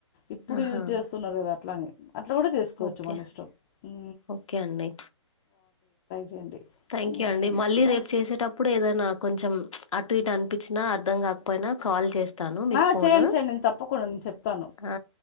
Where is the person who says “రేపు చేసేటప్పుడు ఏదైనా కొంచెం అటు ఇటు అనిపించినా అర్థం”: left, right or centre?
Left